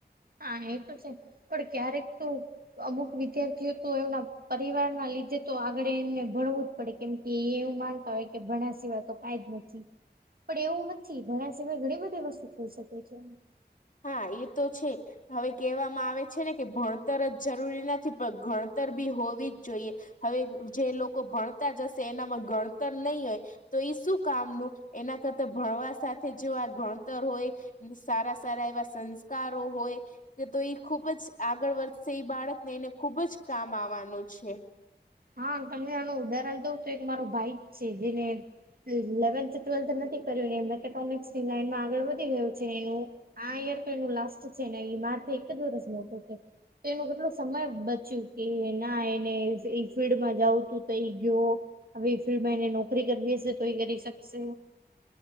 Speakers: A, on the right; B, on the left.
A: હા, એ તો છે, પણ ક્યારેક તું અમુક વિદ્યાર્થીઓ તો એમના પરિવાર ના લીધે તો, આગળ એમને ભણવું જ પડે. કેમ કે એવું માનતા હોય કે, ભણવા સિવાય તો કઈ જ નથી. પણ એવું નથી, ભણવા સિવાય ઘણી બધી વસ્તુ થઈ શકે છે.
B: હા, એ તો છે. હવે કહેવામાં આવે છે ને, કે ભણતર જ જરૂરી નથી, પણ ભણતર બી હોવી જ જોઈએ. હવે જે લોકો ભણતા જ હશે, એનામાં ગણતર નહી હોય. તો એઈ શું કામનું એના કરતા ભણવા સાથે જો, આ ગણતર હોય સારા. સારા એવા સંસ્કારો હોય. કે તો ખુબ જ આગળ વધશે, એ બાળકને એને ખુબ જ કામ આવવાનું છે.
A: હા, તમને આનું ઉદાહરણ દઉ તો, એક મારો ભાઈ છે જેને ઇલેવન્થ ટ્વેલ્થ નથી કર્યું ને, મેથેકોમિક્સ ની લાઈનમાં આગળ વધી ગયું છે, એનું. હા, યરપ્લે નું લાસ્ટ છે ને, એ માર એક જ વર્ષ મોટું છે. તેનું કેટલો સમય બચ્યું કે, ના એને ફિલ્ડમાં જાઉું તું તો એ ગયો, હવે એ ફિલ્ડમાં એને નોકરી કરવી હશે તો, એ કરી શકશે.